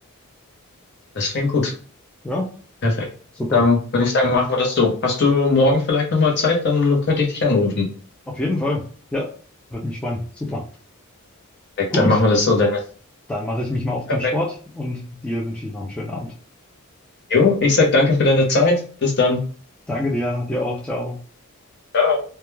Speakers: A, on the left; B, in the centre.
A: Das klingt gut.
B: Ja,
A: Perfekt.
B: super.
A: Dann würde ich sagen, machen wir das so. Hast du morgen vielleicht nochmal Zeit? Dann könnte ich dich anrufen.
B: Auf jeden Fall. Ja, würde mich freuen. Super.
A: Perfekt,
B: Gut,
A: dann machen wir das so, Dennis.
B: dann mache ich mich mal auf
A: Perfekt.
B: zum Sport und dir wünsche ich noch einen schönen Abend.
A: Jo, ich sag danke für deine Zeit. Bis dann.
B: Danke dir, dir auch. Ciao.
A: Ciao.